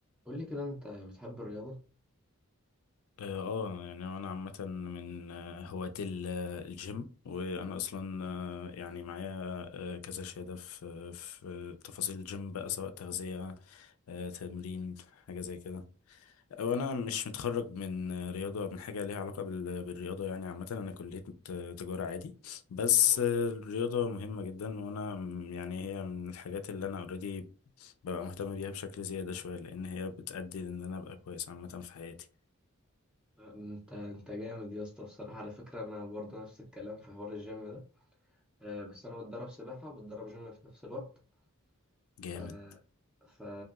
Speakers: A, in the centre; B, on the left.
A: قول لي كده انت بتحب الرياضة
B: اه آه، يعني انا عامه من آه، هواة ال- آه، الجيم وانا اصلا آه، يعني معايا آه، كذا شهاده في في تفاصيل الجيم بقى سواء تغذيه آه، تمرين حاجه زي كده وانا مش متخرج من آه، رياضه من حاجه ليها علاقه بال- بالرياضه يعني عامه انا كليه آه، تجاره عادي بس
A: مم.
B: آه، الرياضه مهمه جدا وانا م- يعني هي من الحاجات اللي انا اوريدي ببقى مهتم بيها بشكل زياده شويه لان هي بتأدي لان انا ابقى كويس عامه في حياتي
A: انت انت جامد يا اسطى بصراحة على فكرة انا برضه نفس الكلام في حوار الجيم ده أه بس انا بتدرب سباحة وبتدرب جيم في نفس الوقت
B: جامد
A: ف ف